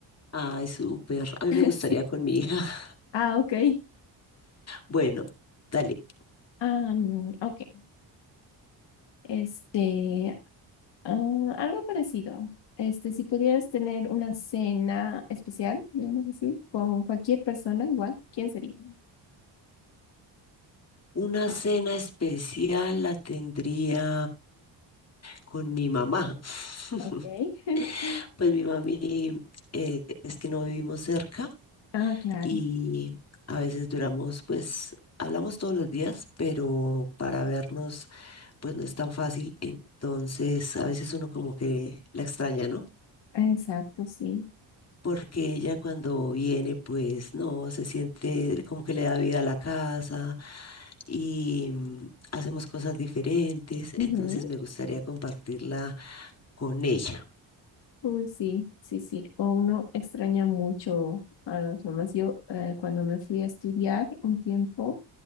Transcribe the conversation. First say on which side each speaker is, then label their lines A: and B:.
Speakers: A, on the left; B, on the left.
A: ay, súper. A mí me gustaría
B: Sí.
A: con mi hija. <laughs>
B: Ah, ok.
A: Bueno, dale.
B: Ah, mm, ok. Este, ah, algo parecido. Este, si pudieras tener una cena especial, digamos así, con cualquier persona, igual, ¿quién sería?
A: Una cena especial la tendría con mi mamá. <laughs>
B: Ok. <laughs>
A: Pues mi mami eh, es que no vivimos cerca
B: Ah, claro.
A: y a veces duramos, pues hablamos todos los días, pero para vernos pues no es tan fácil. Entonces a veces uno como que la extraña, ¿no?
B: Exacto, sí.
A: porque ella cuando viene, pues no, se siente como que le da vida a la casa y mm, hacemos cosas diferentes,
B: Ujú.
A: entonces me gustaría compartirla con ella.
B: Uy, sí, sí, sí. O uno extraña mucho a las mamás. Yo, eh, cuando me fui a estudiar un tiempo,